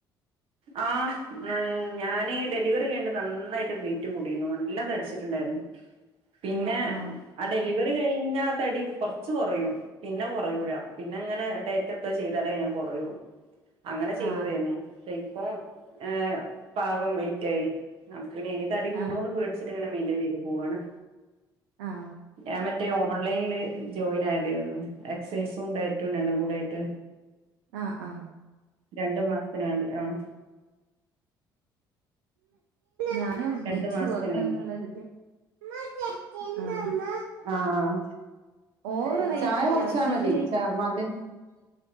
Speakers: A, on the right (about 55°); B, on the right (about 70°).
A: ആഹ് ഞനീ ഡെലിവറി കഴിഞ് നന്നായിട്ട് വെയ്റ്റ്കൂടിനു നല്ലം തടിച്ചിട്ടുണ്ടായിരുന്നു പിന്നെ
B: ആഹ് ആഹ്
A: ആ ഡെലിവറി കഴിഞ്ഞ തടി കുറച്ച് കുറയും പിന്നെ കുറയൂല പിന്നെ ഇങ്ങനെ ഡയറ്റ് ഒക്കെ ചെയ്താലേ ഞാൻ കുറയുള്ളൂ അങ്ങനെ ചെയ്തതേയ്രുന്നു
B: ആഹ്
A: പക്ഷെ ഇപ്പം ഏ പാകം വെയ്റ്റായി അപ്പപിന്നെ ഇനി തടി കൂടുവോന്ന്
B: ആഹ്
A: പേടിച്ചിട്ട് ഇങ്ങനെ മെയ്ൻ്റെയ്ൻ ചെയ്ത് പോവാണ്
B: ആഹ്
A: ഞാൻ മറ്റേ ഓൺലൈനില് ജോയിൻ ആയതേയിര്ന്നു എക്സൈസും ഡയറ്റും രണ്ടും കൂടായിട്ട്
B: ആഹ് ആഹ്
A: രണ്ട് മാസ്ത്തിന് വേണ്ടി ആഹ്
B: ഞാനും
A: രണ്ടു
B: വെയ്റ്റ്
A: മാസത്തിനെ
B: കൊറയണംന്നുള്ളൊര്ത് ആഹ്
A: ആഹ്
B: ഓവർ
A: ഏഹ്
B: വെയിറ്റ്
A: ചായ
B: ഇല്ല
A: കൊർച്ചാ
B: പക്ഷെങ്കില്
A: മതി ചാ മധിരം